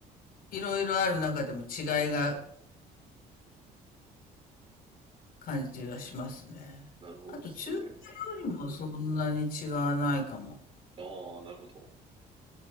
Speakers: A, on the left; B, on the right.
A: ーいろいろある中でも違いが感じがしますね。
B: なるほどですね。
A: あと中華料理もそんなに違わないかも。
B: ああ、なるほど。